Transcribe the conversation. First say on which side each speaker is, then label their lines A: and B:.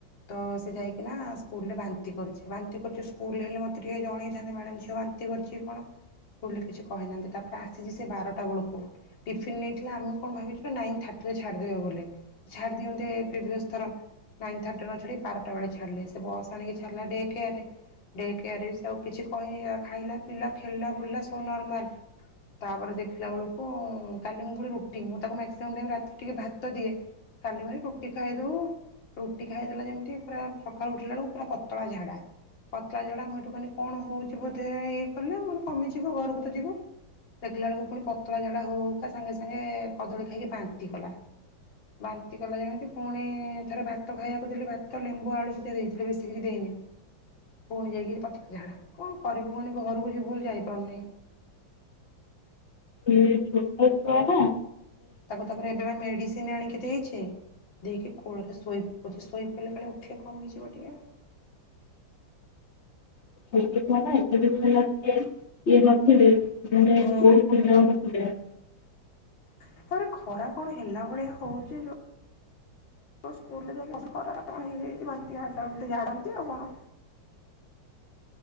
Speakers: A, on the left; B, on the left.
A: ତ ସେ ଯାଇକିନା ସ୍କୁଲରେ ବାନ୍ତି କରିଛି ବାନ୍ତି କରିଛି ସ୍କୁଲରେ ହେଲେ ମୋତେ ଟିକେ ଜଣେଇଥାନ୍ତେ ମ୍ୟାଡ଼ାମ ଝିଅ ବାନ୍ତି କରିଛି କଣ ସ୍କୁଲରେ କିଛି କହିନାହାନ୍ତି ତାପରେ ଆସିଛି ସେ ବାରଟା ବେଳକୁ ଟିଫିନ୍ ନେଇଥିଲା ଆମେ କଣ ଭାବିଛୁ ନା ନାଇନ୍ ଥାର୍ଟିରେ ଛାଡ଼ିଦେବେ ବୋଲି ଛାଡ଼ି ଦିଅନ୍ତ ପ୍ରିଭିଅସ୍ ଥର ନାଇନ୍ ଥାର୍ଟି ବାରଟା ବେଳେ ଛାଡ଼ିଲେ ସେ ବସ୍ ଆଣିକି ଛାଡ଼ିଲା ଡେ କେଆରେ ଡେ କେଆରେ ସେ ଆଉ କିଛି କହିନି ଖାଇଲା ପିଲା ଖେଳିଲା ବୁଲା ସବୁ ନର୍ମାଲ ତାପରେ ଦେଖିଲା ବେଳକୁ କାଲି ମୁଁ ପୁଣି ରୁଟି ମୁଁ ତାକୁ ମାକ୍ସିମମ୍ ଟାଇମ୍ ରାତିରେ ଟିକେ ଭାତ ଦିଏ କାଲି ରୁଟି ଖାଇଦଉ ରୁଟି ଖାଇଦେଲା ଯେମ ପୁରା ସକାଳୁ ଉଠିଲା ବେଳକୁ ପୁରା ପତଳା ଝାଡା ପତଳା ଝାଡା ମୁଁ ଏଠୁ କହିଲି କଣ ହଉଛି ବୋଧେ ଇଏ କଲେ ମାନେ କମିଯିବ ଘରକୁ ତ ଯିବ ଦେଖିଲା ବେଳକୁ ପୁଣି ପତଳା ଝାଡା ହଉ ହଉକା ସାଙ୍ଗେ ସାଙ୍ଗେ କଦଳୀ ଖାଇକି ବାନ୍ତି କଲା ବାନ୍ତି କଲା ଯେମିତି ପୁଣି ଥରେ ଭାତ ଖାଇବାକୁ ଦେଲି ଭାତ୍ ତ ଲେମ୍ବୁ ଆଳୁ ସିଝା ଦେଇଥିଲି ବେଶିକିଛି ଦେଇନି ପୁଣି ଯାଇକି ପତଲା ଝାଡା କଣ କରିବୁ କଣ ଘରକୁ ଯିବୁ ବୋଲି ଯାଇପାରୁନି।
B: ହଁ ଛୋଟ ଛୁଆ ଟା
A: ତାକୁ ତାପରେ ଏବେ ବା ମେଡିସିନ ଆଣିକି ଦେଇଛି। ଦେଇକି କୋଳରେ ଶୋଇ ପଡିଛି ଶୋଇ ପିଡିଲେ କାଳେ ଉଠିଲେ କମିଯିବ ଟିକେ।
B: ଛୋଟ ଛୁଆ ନା ଏତେ ଦିନ ହେଲା ଟିକେ ଇଏ ନଥିଲେ। <unintelligible>
A: ହୁଁ ତାପରେ ଖରା କଣ ହେଲା ଭଳିଆ ହଉଛି ଯୋଉ ସ୍କୁଲ୍ ଖରାରେ କଣ ହେଇଯାଇଛି ବାନ୍ତି ଝାଡ଼ନ୍ତି ଆଉ କଣ?